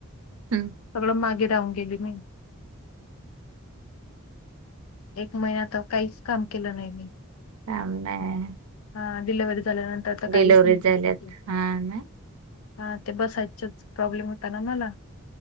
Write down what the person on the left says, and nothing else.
सगळं मागे राहून गेली मी. एक महिना तर काहीच काम केलं नाही मी.
हा डिलेव्हरी झाल्यानंतर तर
काहीच नाही
हा ते बसायचच प्रॉब्लेम होता ना मला.